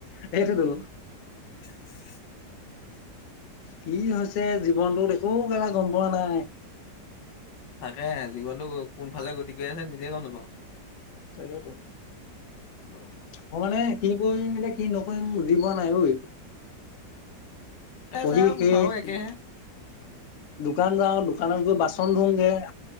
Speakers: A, on the left; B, on the left.
A: সেইটোতো।
B: <inaudible>
A: কি হৈছে জীৱনটোত একো কেলা গম পোৱা নাই।
B: তাকে জীৱনটো কোনফালে গতি কৰি আছে নিজে গম নাপাওঁ।
A: তাকেইটো
B: অ',
A: মই মানে কি কৰিম এতিয়া কি নকৰিম বুজি পোৱা নাই ঐ।
B: আছে
A: পঢ়ি
B: আৰু
A: শেষ।
B: মোৰ ভাগৰো একেহে।
A: দোকান যাওঁ। দোকানত গৈ বাচন ধুওগে।